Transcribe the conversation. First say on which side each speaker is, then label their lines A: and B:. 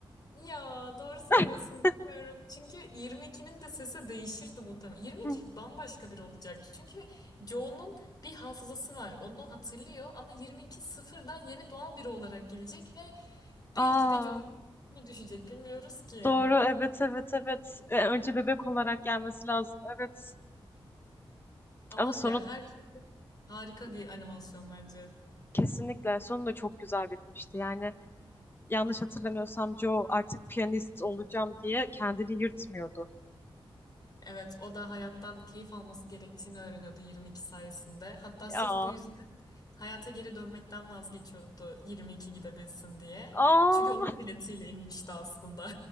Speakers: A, on the left; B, on the left.
A: Ya doğru söylüyorsun
B: <laughs>
A: bilmiyorum. Çünkü 22'nin de sesi değişirdi muhtemelen. 22
B: Hı.
A: bambaşka biri olacak. Çünkü Joe'nun bir hafızası var. Onu hatırlıyor ama 22 sıfırdan yeni doğan biri olarak gelecek ve
B: Aa,
A: Belki de John mu düşecek bilmiyoruz ki.
B: Doğru, evet, evet, evet. E, Önce bebek olarak gelmesi lazım, evet.
A: Ama
B: Ama sonu
A: ya her türlü harika bir animasyon bence.
B: kesinlikle, sonu da çok güzel bitmişti. Yani yanlış hatırlamıyorsam Joe artık piyanist olacağım diye kendini yırtmıyordu.
A: Evet o da hayattan keyif alması gerektiğini öğreniyordu 22 sayesinde. Hatta sırf
B: Aa,
A: bu yüzden hayata geri dönmekten vazgeçiyordu 22 gidebilsin diye.
B: aa,
A: Çünkü onun biletiyle inmişti aslında.